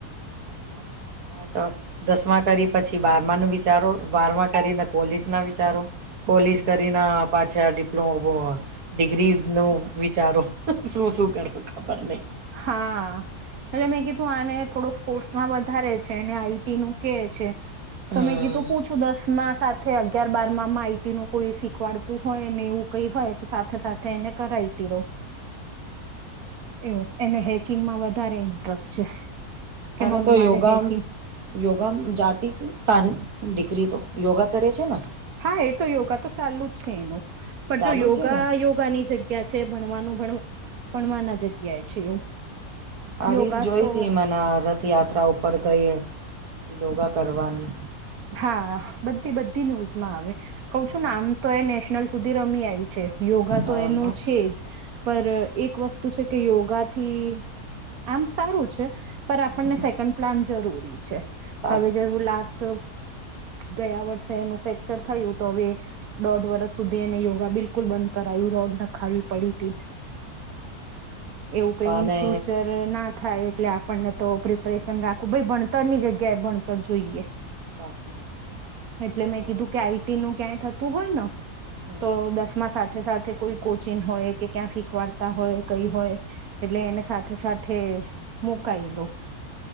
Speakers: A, on the right; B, on the right.
A: હમ હા તો. દસમા કરી પછી બારમાનું વિચારો બારમા કરીને કોલેજના વિચારો કોલેજ કરીને પાછા ડિપ્લોમ. ડિગ્રીનું વિચારો શું શું કરો ખબર નહીં.
B: હા. એટલે મેં કીધું આને થોડો સ્પોર્ટ્સમાં વધારે છે અને આઈટીનું કે છે.
A: હમ
B: તો મેં કીધું પૂછું દસ ના સા અગિયાર બારમાંમા આઈટીનું કોઈ શીખવાડતું હોય ને એવું કઈ હોય તો સાથે સાથે એને કરાયતી રહો. એવું એને હેકિંગમાં વધારે ઇન્ટરેસ્ટ છે. કે
A: અને
B: મમ્મી
A: તો
B: મારે
A: યોગા
B: હેકિંગ
A: યોગા જાતી તારી દીકરી તો યોગા કરે છે ને.
B: હા એ તો યોગા તો ચાલુ જ છે એનું પણ
A: ચાલુ
B: જો યોગા
A: છે ને
B: યોગાની જગ્યા જગ્યા છે ભણવાનું ભણ ભણવાના જગ્યાએ છે એવું.
A: આ
B: યોગા
A: રીલ જોઈતી
B: તો
A: મના યાત્રા ઉપર ગઈ યોગા કરવાનું
B: હા બધી બધી ન્યૂઝમાં આવે કઉ છું
A: હ
B: આમ તો એ નેશનલ સુધી રમી આવી છે. યોગા
A: હા
B: તો એનું
A: હા
B: છે જ. પર એક વસ્તુ છે કે યોગાથી આમ સારું છે. પર આપણને
A: હમ
B: સેકન્ડ પ્લાન જરૂરી છે
A: સાચી
B: હવે જેવું લાસ્ટ ગયા વર્ષે એનું ફ્રેક્ચર થયું તો હવે દોઢ વર્ષ સુધી એને યોગા બિલકુલ બંધ કરાયું રોડ નખાવી પડી હતી. એવું કઈ
A: અને
B: ઇનફ્યુચર ના થાય. એટલે આપણને તો પ્રિપરેશન રાખવું ભાઈ ભણતરની જગ્યાએ ભણતર જોઈએ.
A: સાચી વાત.
B: એટલે મેં
A: તો
B: કીધું કે આઈટી નું ક્યાંય થતું હોય ન
A: હમ
B: તો
A: હમ
B: દસમાં સાથે સાથે કોઈ કોચિંગ હોય કે ક્યાં શીખવાડતા હોય કઈ હોય. એટલે એને સાથે સાથે મુકાઈ દો.